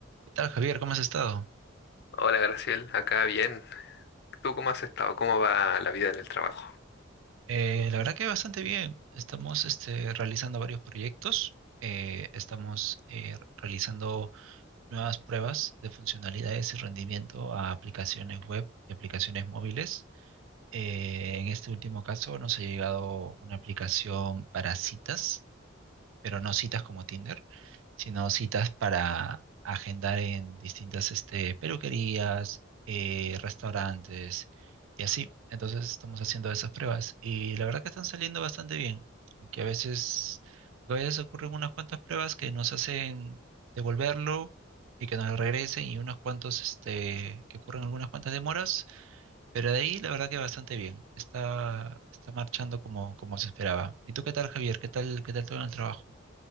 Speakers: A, on the right; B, on the left.
A: ¿Qué tal, Javier? ¿Cómo has estado?
B: Hola Graciel, acá bien. ¿Tú cómo has estado? ¿Cómo va la vida en el trabajo?
A: Eh, la verdad que bastante bien. Estamos este, realizando varios proyectos. eh, estamos eh, realizando nuevas pruebas de funcionalidades y rendimiento a aplicaciones web y aplicaciones móviles. Eh, en este último caso nos ha llegado una aplicación para citas pero no citas como Tinder, sino citas para agendar en distintas este, peluquerías, eh, restaurantes y así. Entonces estamos haciendo esas pruebas y la verdad que están saliendo bastante bien, aunque a veces, a veces ocurren unas cuantas pruebas que nos hacen devolverlo y que nos lo regresen y unos cuantos este, que ocurren algunas cuantas demoras, pero de ahí la verdad que bastante bien. Está, está marchando como, como se esperaba. ¿Y tú qué tal, Javier? ¿Qué tal, qué tal todo en el trabajo?